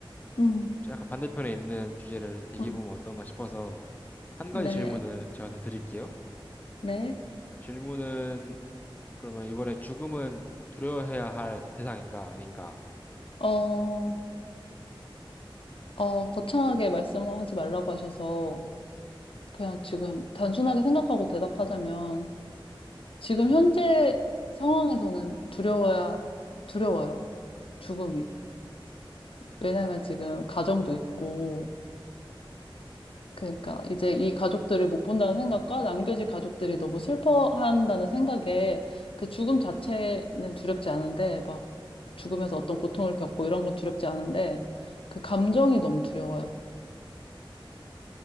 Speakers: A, on the left; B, on the left.
A: 음,
B: 어, 약간 반대편에 있는 주제를 얘기해보면
A: 음.
B: 어떤가 싶어서 한 가지
A: 네,
B: 질문을 제가 더 드릴게요.
A: 네.
B: 질문은 그러면 이번에 죽음은 두려워해야 할 대상인가 아닌가?
A: 어, 어, 거창하게 말씀을 하지 말라고 하셔서, 그냥 지금 단순하게 생각하고 대답하자면, 지금 현재 상황에서는 두려워야, 두려워요. 죽음이. 왜냐하면 지금 가정도 있고, 그러니까 이제 이 가족들을 못 본다는 생각과 남겨진 가족들이 너무 슬퍼한다는 생각에 그 죽음 자체는 두렵지 않은데, 막 죽으면서 어떤 고통을 겪고 이런 건 두렵지 않은데, 그 감정이 너무 두려워요.